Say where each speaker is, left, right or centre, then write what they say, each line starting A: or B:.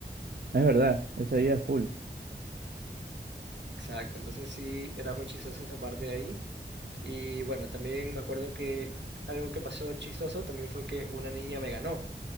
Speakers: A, on the right; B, on the right.
A: Es verdad. Eso ayuda full.
B: Exacto, entonces sí, era muy chistosa esa parte de ahí. Y bueno, también me acuerdo que algo que pasó chistoso también fue que una niña me ganó,